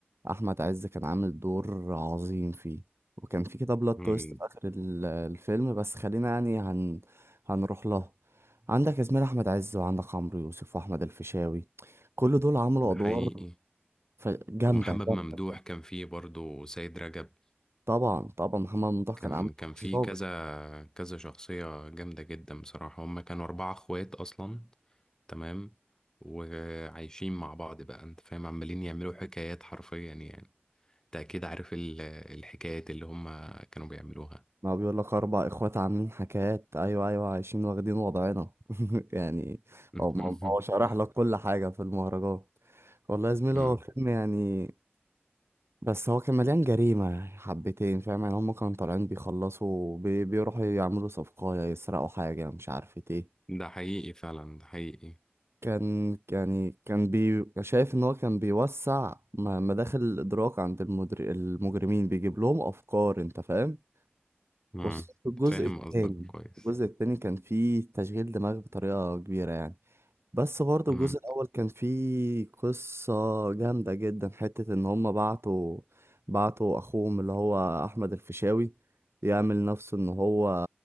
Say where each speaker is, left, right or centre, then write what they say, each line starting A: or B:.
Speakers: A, on the right (about 90°); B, on the left (about 15°).
A: أحمد عز كان عامل دور عظيم فيه وكان في كده بلوت
B: مم،
A: تويست في آخر ال- الفيلم بس خلينا يعني هن... هنروح له عندك يا زميلي أحمد عز وعندك عمرو يوسف وأحمد الفيشاوي كل دول عملوا
B: ده
A: أدوار
B: حقيقي
A: ف- جامدة
B: ومحمد
A: جامدة
B: ممدوح كان فيه برضه سيد رجب
A: طبعا طبعا محمد ممدوح
B: كان
A: كان عامل
B: كان
A: دور
B: فيه
A: ظابط
B: كذا كذا شخصية جامدة جدا بصراحة هما كانوا أربعة أخوات أصلا تمام وعايشين مع بعض بقى أنت فاهم عمالين يعملوا حكايات حرفيا يعني انت اكيد عارف ال- الحكايات اللي هم كانوا بيعملوها
A: ما بيقول لك اربع اخوات عاملين حكايات ايوه ايوه عايشين واخدين وضعنا <laughs> يعني
B: <laughs>
A: هو هو شرح لك كل حاجه في المهرجان والله يا زميلي
B: أمم.
A: هو فيلم يعني بس هو كان مليان جريمه يعني، حبتين فاهم يعني هم كانوا طالعين بيخلصوا بي... بيروحوا يعملوا صفقه يسرقوا حاجه مش عارف ايه
B: ده حقيقي فعلا ده حقيقي
A: كان يعني كان بي شايف ان هو كان بيوسع م- مداخل الادراك عند المدر... المجرمين بيجيب لهم افكار انت فاهم
B: أمم.
A: خصوصا في الجزء
B: فاهم
A: الثاني
B: قصدك كويس
A: الجزء الثاني كان فيه تشغيل دماغ بطريقة كبيرة يعني بس برضه
B: أمم.
A: الجزء الأول كان فيه قصة جامدة جدا حتة إن هما بعتوا بعتوا أخوهم اللي هو أحمد الفيشاوي يعمل نفسه إن هو